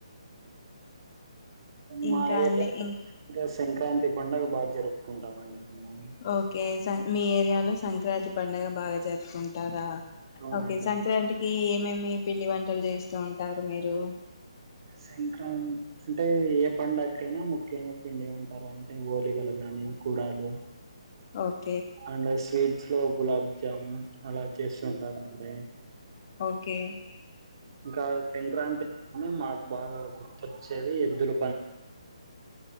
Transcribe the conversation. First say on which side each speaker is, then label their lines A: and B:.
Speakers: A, on the right; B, on the left.
A: మా
B: ఇంకా
A: ఏరియా
B: అండి ఇం
A: ఇంకా సంక్రాంతి పండగ బాగా జరుపుకుంటామండి మేము
B: ఓకే స మీ ఏరియాలో సంక్రాంతి పండుగ బాగా జరుపుకుంటారా
A: అవునండి
B: ఓకే సంక్రాంతికి ఏమేమ్ మీ పిండి వంటలు చేస్తూ ఉంటారు మీరు
A: సంక్రాంతి అంటే ఏ పండకైనా ముఖ్యంగా పిండి వంటలు అంటే వోలిగలు గానీ కుడాలు
B: ఓక్
A: అండ్ స్వీట్ శ్లో గులాబ్ జాము అలా చేస్తుంటామండి
B: ఓకే
A: ఇంకా సంక్రాంతి మాకు బాగా గుర్తొచ్చ్ టరు ఎద్దులు